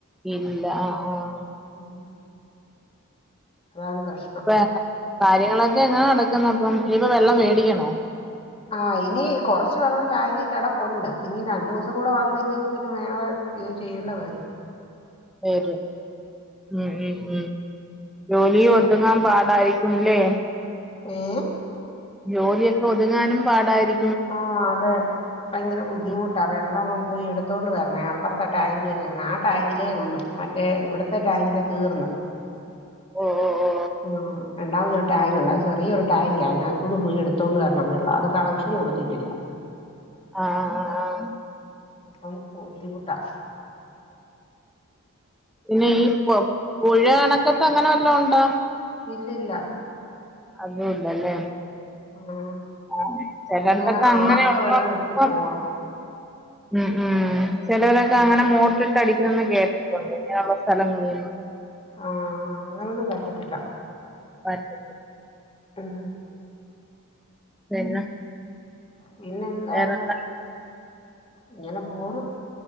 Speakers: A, in the centre; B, on the left (about 25°).
A: ഇല്ല ആഹ് ആഹ്
B: ഉം അതാണ് പ്രശ്നം
A: ഇപ്പ കാര്യങ്ങളൊക്കെ എങ്ങനെ നടക്കുന്ന അപ്പം ഇനിയിപ്പ വെള്ളം മേടിക്കണോ
B: ആഹ് ഇനി കുറച്ച് വെള്ളം ടാങ്കി കിടപ്പുണ്ട് ഇനി രണ്ടു ദിവസം കൂടെ വന്നില്ലെങ്കി പിന്നെ ഞങ്ങള് ഇത് ചെയ്യേണ്ട വരും
A: വരും ഉം ഉം ഉം ജോലി ഒതുങ്ങാൻ പാടായിരിക്കുംല്ലേ
B: ഏഹ്
A: ജോലിയൊക്കെ ഒതുങ്ങാനും പാടായിരി
B: ആഹ് അതെ ഭയങ്കര ബുദ്ധിമുട്ടാണ്
A: ഉം
B: വെള്ളം പോയി എടുത്തോണ്ട് വരണേ അപ്പുറത്തെ ടാങ്ക് വെച്ചിര്ന്നേ ആ ടാങ്കിലേ ഉള്ളു മറ്റേ ഇവിടത്തെ ടാങ്കിലെ തീർന്ന്
A: ഓ ഓ ഓ
B: ആഹ് രണ്ടാമത് ഒരു ടാങ്ക് ണ്ട് അത് ചെറിയ ഒരുരുടാങ്ക് ആ അതിനകത്തുനിന്ന് പോയി എടുത്തോണ്ട് വരണം വെള്ളം അത് കണക്ഷൻ കൊടുത്തിട്ടില്ല
A: അഹ് ആഹ് ആഹ് ആഹ്
B: അപ്പൊ ബുദ്ധിമുട്ടാ
A: പിന്നെ ഈ പ്പൊ പുഴ കണക്കുബോ അങ്ങനെ വല്ലോണ്ടാ
B: ഇല്ലില്ല
A: അതും ഇല്ലാല്ലേ
B: ഉം
A: ആഹ് ചെലടത്തൊക്കെ
B: പിന്നെ
A: അങ്ങനെള്ള
B: ആറൊക്കെ വേണം ഒത്തിരി
A: ഇപ്പം
B: പോണം
A: ഉം ഉം ചെലോരൊക്കെ
B: ഉം.
A: അങ്ങനെ മോട്ടിട്ട് അടിക്കുംന്ന് കേട്ടി ഇങ്ങനെയുള്ള സ്ഥലങ്ങളും
B: ആഹാ അങ്ങനൊന്നും പറ്റത്തില്ല
A: <unintelligible>
B: ഉം
A: പിന്നെ
B: പിന്നെന്താ
A: വേറെന്താ
B: ഇങ്ങനെ പോണ്